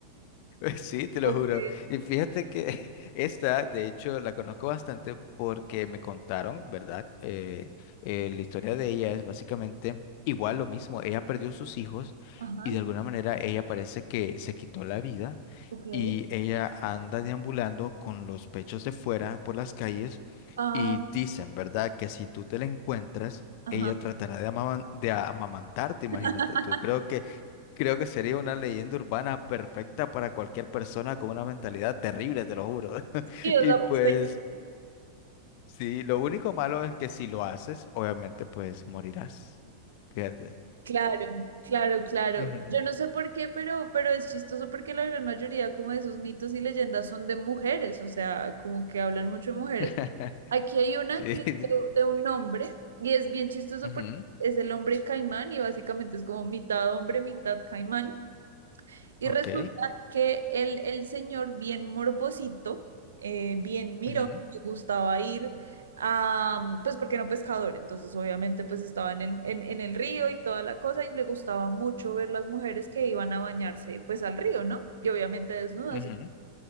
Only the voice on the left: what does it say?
<laughs> Sí, te lo
juro. Y fíjate que <laughs> esta, de hecho, la conozco bastante porque me contaron, ¿verdad? Eh, eh, la historia de ella es básicamente igual lo mismo. Ella perdió sus hijos
y de alguna manera ella parece que se quitó la vida
y ella anda deambulando con los pechos de fuera por las calles
y dicen, ¿verdad? Que si tú te la encuentras,
ella tratará de, amaman- de a- amamantarte, imagínate
tú. Creo que, creo que sería una leyenda urbana perfecta para cualquier persona con una mentalidad terrible, te lo juro. <laughs>
Y
pues,
sí, lo único malo es que si lo haces, obviamente, pues morirás. Fíjate.
Ujú.
<laughs>
Sí.
sí.
Ujú.
Ok.
Ujú.
Ujú.